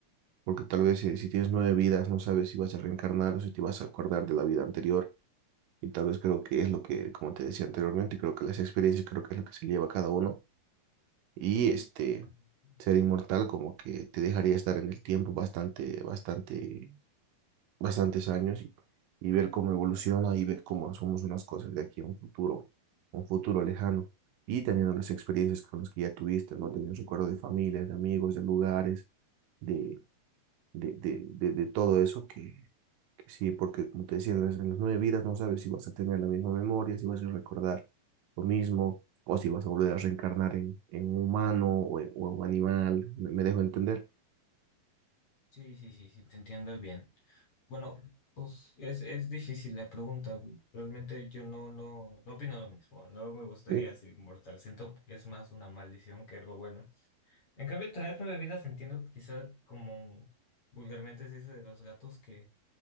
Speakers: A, on the right (about 75°); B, on the left (about 50°).
A: porque tal vez si, si tienes nueve vidas, no sabes si vas a reencarnar o si te vas a acordar de la vida anterior. Y tal vez creo que es lo que, como te decía anteriormente, creo que las experiencias creo que es lo que se lleva cada uno. Y este,
B: Ujú.
A: ser inmortal como que te dejaría estar en el tiempo bastante, bastante, bastantes años y, y ver cómo evoluciona y ver cómo somos unas cosas de aquí a un futuro, un futuro lejano. Y teniendo las experiencias con las que ya tuviste, ¿no? Teniendo recuerdos de familias, de amigos, de lugares, de, de, de, de, de todo eso que, pues Sí, porque como te decía, en las, en las nueve vidas no sabes si vas a tener la misma memoria, si vas a recordar lo mismo, o si vas a volver a reencarnar en, en un humano o en, o en un animal. ¿Me, me dejo entender?
B: Sí, sí, sí, sí, te entiendo bien. Bueno, pues es, es difícil la pregunta. Realmente yo no, no, no opino lo mismo. No me gustaría
A: Sí,
B: ser inmortal. Siento que es más una maldición que algo bueno. En cambio, tener nueve vidas entiendo quizá como vulgarmente se dice de los gatos que,